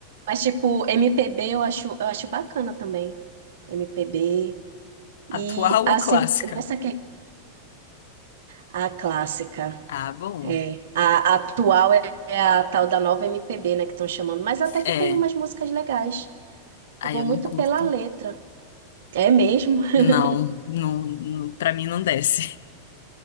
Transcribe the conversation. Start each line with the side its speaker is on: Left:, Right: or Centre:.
Right: Mas tipo, MPB eu acho, eu acho bacana também. MPB e
Left: Atual
Right: assim,
Left: ou clássica?
Right: nessa que a clássica,
Left: Ah, bom.
Right: é, a, a atual é a tal da nova MPB, né, que estão chamando, mas até que
Left: É,
Right: tem umas músicas legais.
Left: aí
Right: Eu vou
Left: eu
Right: muito
Left: não curto.
Right: pela letra. É mesmo. <laughs>
Left: Não, não, não, pra mim não desce.